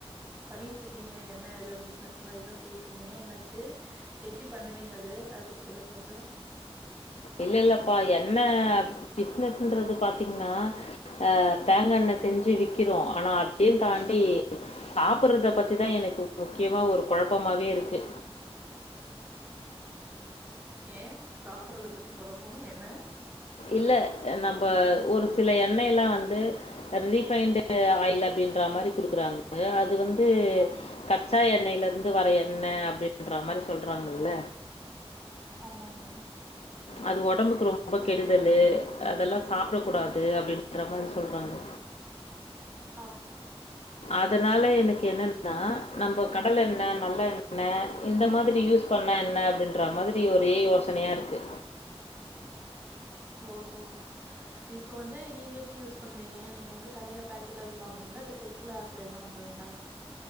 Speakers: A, on the right; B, on the left.
A: பண்ணிட்ருக்கிங்க எண்ணெ எதாவது பிசினஸ் மாரி எல்லா சொல்லிட்ருந்திங்க என்னாச்சு எப்படி பண்ணுவிங்க அது அத பத்தி சொல்லுங்க கொஞ்ச
B: இல்ல இல்லப்பா என்ன பிசினஸ்ன்றது பாத்திங்னா அ தேங்கெண்ணெ
A: ஆ
B: செஞ்சு விக்கிறோ ஆனா அதையு தாண்டி சாப்பிடுறத பத்திதா எனக்கு முக்கியமா ஒரு கொழப்பமாவே இருக்கு
A: ஏ சாப்படுறது பத்தி கொழப்ப என்ன
B: இல்ல நம்ப
A: ஆ
B: ஒரு
A: ஆ
B: சில எ ண்ணெயலா வந்து ரீஃபைன்டு ஆயில் அப்டின்ற மாரி குடுக்கறாங்க அது வந் து
A: ஆமா
B: கச்சா எண்ணெயில இருந்து வர எண்ணெ அப்படின்ற மாரி சொல்றாங்கல்ல
A: ஆமாங்க
B: அது ஒடம்புக்கு ரொம்ப கெடுதலு அதெல்லா சாப்டக்
A: ஆ
B: கூடாது அப்படின்ற மாரி சொல்றாங்க
A: ஆமா
B: அதனால எனக்கு என்னன்னா நம்ப கடலெண்ணெ
A: ம்
B: நல்ல எண் ணெ இந்த மாதிரி யூஸ் பண்ணா என்ன அப்படின்ற மாதிரி ஒரே யோசனையா இருக்கு
A: ஓஹோ இப்ப வந்து நீங்க எப்டி யூஸ் என் பண்ணுவிங்க நீங்க வந்து கடையில பேக்கெட் ஆயில் வாங்குவிங்களா இல்ல செக்குல ஆட்ற எண்ணெ வாங்குவிங்களா